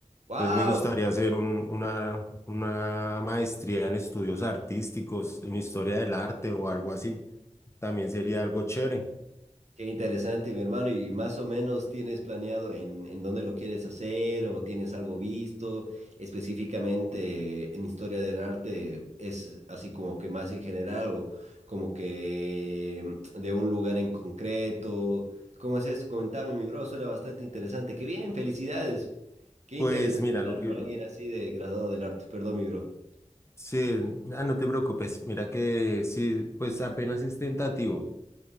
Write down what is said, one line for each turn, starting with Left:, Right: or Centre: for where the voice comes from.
Right: ¡Wow!
Left: Entonces me gustaría hacer un- una, una maestría en estudios artísticos, en historia del arte o algo así. También sería algo chévere.
Right: Qué interesante, mi hermano. ¿Y más o menos tienes planeado en, en dónde lo quieres hacer o tienes algo visto específicamente en historia del arte? ¿Es así como que más en general o como que mm, de un lugar en concreto? ¿Cómo es eso? Comentame, mi bro. Suena bastante interesante. Qué bien, felicidades. Qué interesante
Left: Pues mira,
Right: hablar
Left: lo que...
Right: con alguien así de graduado del arte. Perdón, mi bro.
Left: Sí, ah, no te preocupes. Mira que sí, pues apenas es tentativo.